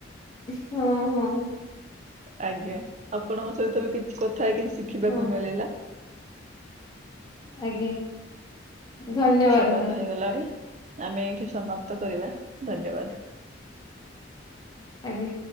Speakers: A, on the left (about 20°); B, on the right (about 35°).
A: ହଁ, ହଁ
B: ଆଜ୍ଞା, ଆପଣଙ୍କ ସହିତ ବି କିଛି କଥା ହେଇକି ଶିଖିବାକୁ
A: ହଁ,
B: ମିଳିଲା।
A: ଆଜ୍ଞା ଧନ୍ୟବାଦ
B: ସମୟ
A: ମ୍ୟାଡାମ୍,
B: ତ ହେଇଗଲାଣି। ଆମେ ଏଇଠି ସମାପ୍ତ କରିବା ଧନ୍ୟବାଦ।
A: ଆଜ୍ଞା